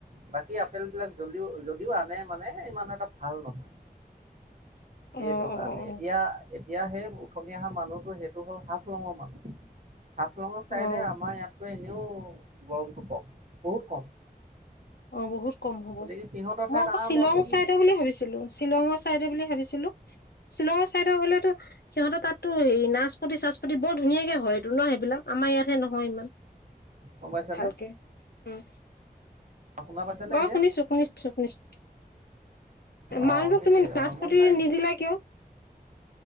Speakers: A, on the right (about 50°); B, on the left (about 80°).
A: বাকী আপেল বিলাক যদিও- যদিও আনে মানে ইমান এটা ভাল নহয়।
B: <inaudible>
A: সেইটো কাৰণে এতিয়া
B: অ',
A: -এতিয়া সেই উঠনি অহা মানুহটো সেইটো হ'ল হাফলঙৰ মানুহ। হাফলঙৰ ছাইডে
B: অ', অ',
A: আমাৰ ইয়াতকৈ এনেও, গৰমটো কম বহুত কম।
B: অ', বহুত কম হ'ব,
A: গতিকে সিহঁতৰ
B: মই
A: ঠাইত
B: আকৌ
A: আৰামত
B: শ্বিলং
A: হ'ব
B: চাইদ বুলি ভাবিছিলো শ্বিলঙৰ চাইডে বুলি ভাবিছিলো, শ্বিলঙৰ চাইদে হলেতো সিহঁতেৰ তাতো হে নাচপতি -চাচপতি বৰ ধুনীয়াকে হয় এইটো ন সেইবিলাক? আমাৰ ইয়াতহে নহয় ইমান
A: গম পাইছানে
B: ভালকে। উম।
A: শুনা পাইছানে
B: অ',
A: এতিয়া
B: শুনিছো- শুনিছো -শুনিছো।
A: অঁ
B: মানুহক
A: সেইটোৱে
B: তুমি নাচপতি
A: হৰমন নাই
B: নিদিলা কিয়?